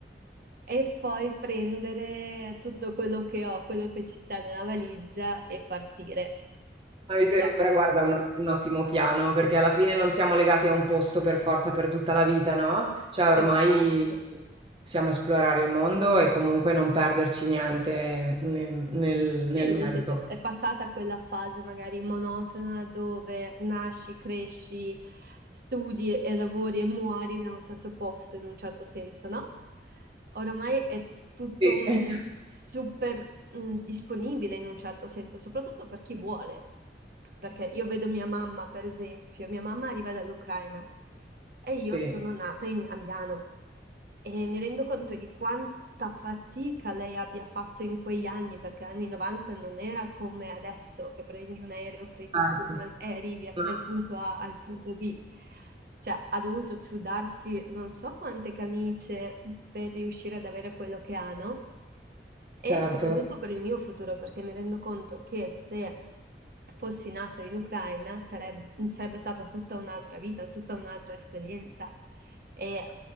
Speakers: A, on the right; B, on the right.
A: e poi prendere tutto quello che ho, quello che ci sta nella valigia e partire.
B: Ma Mi sembra,
A: Cioè,
B: guarda, un, un ottimo piano, perché alla fine non siamo legati a un posto per forza per tutta la vita, no? Cioè, ormai
A: esatto.
B: possiamo esplorare il mondo e comunque non perderci niente nel, nel-
A: Sì,
B: nel mezzo.
A: nel senso è passata quella fase magari monotona dove nasci, cresci, studi e lavori e muori nello stesso posto in un certo senso, no? Oramai è tutto
B: Sì,
A: un
B: <laughs>
A: super mm, disponibile in un certo senso, soprattutto per chi vuole. Perché io vedo mia mamma, per esempio, mia mamma arriva dall'Ucraina e io
B: sì,
A: sono nata in- a Milano. E mi rendo conto di quanta fatica lei abbia fatto in quegli anni, perché negli anni 90 non era come adesso, che prendi un aereo, prendi
B: certo.
A: un pullman e arrivi a-
B: No.
A: dal punto A al punto B. Cioè, ha dovuto sudarsi non so quante camicie per riuscire ad avere quello che ha, no? E
B: Certo.
A: soprattutto per il mio futuro, perché mi rendo conto che se fossi nata in Ucraina sareb- sarebbe stata tutta un'altra vita, tutta un'altra esperienza e eh,